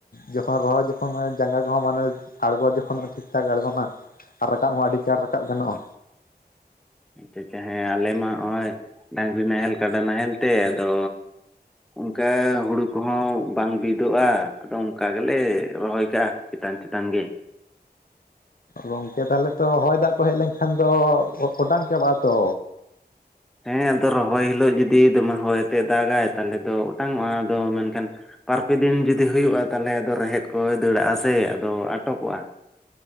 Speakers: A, on the left; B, in the centre.
A: ᱡᱚᱠᱷᱚᱱ ᱨᱚᱦᱚᱭ ᱡᱚᱠᱷᱚᱱ ᱢᱟᱱᱮ ᱡᱟᱸᱜᱟ ᱠᱚᱦᱚᱸ ᱢᱟᱱᱮ ᱟᱬᱜᱚ ᱡᱚᱠᱷᱚᱱ ᱦᱚᱸ ᱴᱷᱤᱠ ᱴᱷᱟᱠ ᱟᱲᱜᱚᱱᱟ᱾ ᱟᱨ ᱨᱟᱠᱟᱵ ᱦᱚᱸ ᱟᱹᱰᱤ ᱪᱟᱬ ᱨᱟᱠᱟᱵ ᱜᱟᱱᱚᱜᱼᱟ᱾
B: ᱟᱪᱪᱷᱟ ᱟᱪᱪᱷᱟ ᱦᱮᱸ ᱟᱞᱮ ᱢᱟ ᱦᱚᱸᱜᱼᱚᱸᱭ ᱰᱟᱺᱜᱽᱨᱤ ᱱᱟᱦᱮᱞ ᱠᱟᱰᱟ ᱱᱟᱦᱮᱞ ᱛᱮ ᱟᱫᱚ ᱚᱸᱠᱟ ᱦᱩᱲᱩ ᱠᱚᱦᱚᱸ ᱵᱟᱝ ᱵᱤᱫᱽᱼᱚᱜᱼᱟ ᱟᱫᱚ ᱚᱸᱠᱟ ᱜᱮᱞᱮ ᱨᱚᱦᱚᱭ ᱠᱟᱜᱼᱟ᱾ ᱪᱮᱛᱟᱱ ᱪᱮᱛᱟᱱ ᱜᱮ᱾
A: ᱜᱚᱝᱠᱮ ᱛᱟᱦᱮᱞᱮ ᱛᱚ ᱦᱚᱭ ᱫᱟᱜ ᱠᱚ ᱦᱮᱡ ᱞᱮᱱᱠᱷᱟᱱ ᱫᱚ ᱚ ᱚᱴᱟᱝ ᱪᱟᱵᱟᱜᱼᱟ ᱛᱚ?
B: ᱦᱮᱸ ᱟᱫᱚ ᱨᱚᱦᱚᱭ ᱦᱤᱞᱳᱜ ᱡᱩᱫᱤ ᱫᱚᱢᱮ ᱦᱚᱭ ᱟᱛᱮᱫ ᱫᱟᱜᱽᱼᱟᱭ ᱛᱟᱦᱮᱞᱮ ᱫᱚ ᱚᱴᱟᱝ ᱚᱜᱼᱟ ᱟᱫᱚ ᱢᱮᱱᱠᱷᱟᱱ ᱵᱟᱨ ᱯᱮ ᱫᱤᱱ ᱡᱩᱫᱤ ᱦᱩᱭᱩᱜᱼᱟ ᱛᱟᱦᱮᱞᱮ ᱟᱫᱚ ᱨᱮᱦᱮᱫ ᱠᱚᱭ ᱫᱟᱹᱲ ᱟᱜᱼᱟ ᱥᱮ ᱟᱫᱚ ᱟᱴᱚᱠᱚᱜᱼᱟ᱾